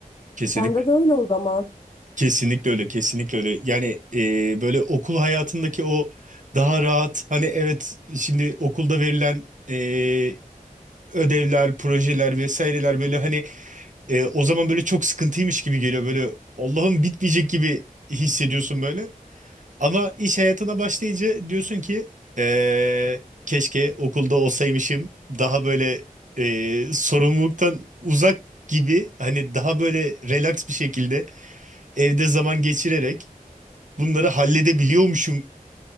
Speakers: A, on the right; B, on the left.
A: Kesinlikle.
B: Sende de öyle o zaman.
A: Kesinlikle öyle, kesinlikle öyle. Yani e, böyle okul hayatındaki o daha rahat, hani evet şimdi okulda verilen e, ödevler, projeler vesaireler böyle hani e, o zaman böyle çok sıkıntıymış gibi geliyor. Böyle Allah'ım bitmeyecek gibi hissediyorsun böyle. Ama iş hayatına başlayınca diyorsun ki eee, keşke okulda olsaymışım daha böyle eee, sorumluluktan uzak gibi hani daha böyle relax bir şekilde evde zaman geçirerek bunları halledebiliyormuşum